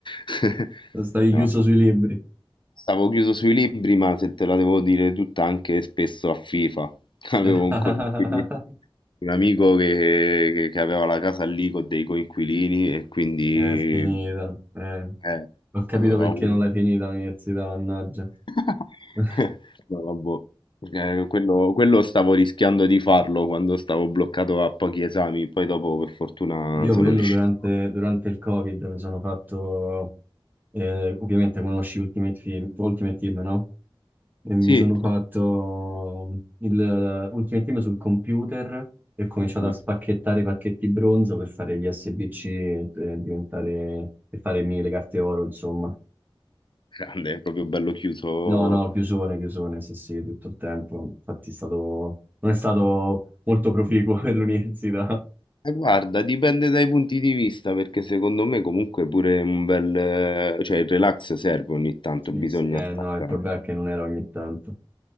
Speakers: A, on the left (about 60°); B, on the right (about 20°).
A: <laughs>
B: Stavi
A: No,
B: chiuso sui libri.
A: stavo chiuso sui libri, ma se te la devo dire tutta, anche spesso a FIFA. <laughs> Avevo
B: <laughs>
A: un coinquilino, un amico che, che- che aveva la casa lì con dei coinquilini e quindi
B: È finita. eh.
A: eh,
B: Ho capito
A: ho
B: perché
A: ho avuto
B: non l'hai finita l'università, mannaggia.
A: <laughs>
B: <laughs>
A: No, vabbò. Eh, quello, quello stavo rischiando di farlo quando stavo bloccato a pochi esami, poi dopo per fortuna
B: Io
A: sono
B: quello
A: riuscito.
B: durante, durante il Covid mi sono fatto, eh, ovviamente conosci Ultimate Team, Ultimate Team, no? e mi
A: Sì,
B: sono fatto il- l'ultima team sul computer e ho cominciato
A: Mhm.
B: a spacchettare i pacchetti bronzo per fare gli SBC e per diventare, per farmi le carte oro, insomma.
A: grande, è proprio bello chiuso.
B: No, no, chiusone, chiusone, sì, sì, tutto il tempo. Infatti è stato- non è stato molto proficuo <laughs> per l'università.
A: Eh, Guarda, dipende dai punti di vista, perché secondo me comunque pure un bel... eh, cioè il relax serve ogni tanto,
B: Sì,
A: bisogna
B: sì. Eh
A: staccare.
B: no, il problema è che non era ogni tanto.